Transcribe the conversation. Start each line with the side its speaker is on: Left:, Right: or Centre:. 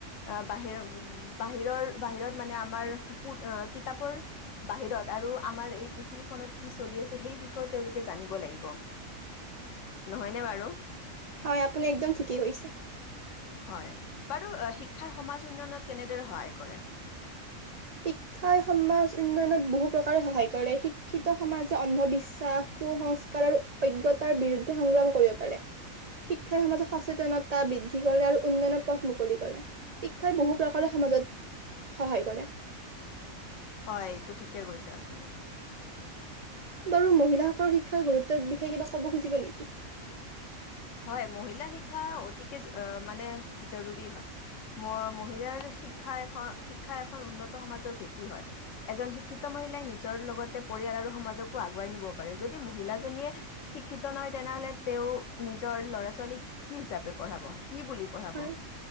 Left: আহ বাহিৰ-বাহিৰৰ বাহিৰত মানে আমাৰ কিতাপৰ বাহিৰত আৰু আমাৰ পৃথিৱীখনত কি চলি আছে সেই বিষয়েও তেওঁলোকে জানিব লাগিব। নহয়নে বাৰু?
Right: হয় আপুনি একদম ঠিকেই কৈছে।
Left: হয় বাৰু শিক্ষাই সমাজ উন্নয়নত কেনেদৰে সহায় কৰে?
Right: শিক্ষাই সমাজ উন্নয়নত বহু প্ৰকাৰে সহায় কৰে শিক্ষিত সমাজে অন্ধবিশ্বাস, কুসস্কাৰ আৰু অজ্ঞতাৰ বিৰুদ্ধে সংগ্ৰাম কৰিব পাৰে। শিক্ষাই সমাজত সচেতনতা বৃদ্ধি কৰে আৰু উন্নয়নৰ পথ মুকলি কৰে শিক্ষাই বহু প্ৰকাৰে সমাজত সহায় কৰে।
Left: হয় এইটো ঠিকে গৈছে আপুনি।
Right: বাৰু মহিলাসকলৰ শিক্ষাৰ গুৰুত্বৰ বিষয়ে কিবা ক'ব খুজিব নেকি?
Left: হয় মহিলাৰ শিক্ষা অতিকে অঁ মানে জৰুৰী হয় মহিলাৰ শিক্ষা এ শিক্ষা এখন উন্নত সমাজৰ ভেটি হয় এজন শিক্ষিত মহিলাই নিজৰ লগতে পৰিয়াল আৰু সমাজকো আগুৱাই নিব পাৰে যদি মহিলাজনীয়ে শিক্ষিত নহয় তেনেহলে তেওঁ নিজৰ ল'ৰা ছোৱালীক কি হিচাপে পঢ়াব? কি বুলি পঢ়াব?
Right: হয়